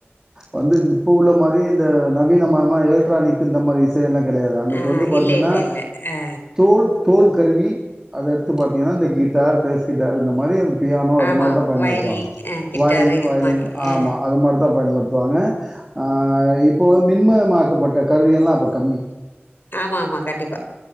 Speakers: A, on the right; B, on the left.
A: வந்து இந்த பூல மாரி இந்த நவீன மாமா எலக்ட்ரானிக் இந்த மாதிரி தேன்லா கடையாது அன்னைக்கு
B: ஆ
A: வந்து பாத்தீங்கன்னா
B: இல்ல இல்ல இல்ல ஆ
A: தோல் தோல் கருவி அத எடுத்து பாத்திங்கன்னா இந்த கிட்டார் பேஸ்கிட்டார் இந்த மாரி ப்யானோ அதுமாரிதா
B: ஆமா
A: பயன்படுத்துவாங்க
B: வயலின் ஆ கிட்டாரு
A: வயலின்
B: இது
A: வயலின்
B: மாரி
A: ஆமா
B: ஆ
A: அதுமாரிதா பயன்படுத்துவாங்க ஆ இப்போ வ மின்மயமாக்கப்பட்ட கருவிய எல்லா அப்ப கம்மி
B: ஆமா ஆமா கண்டிப்பா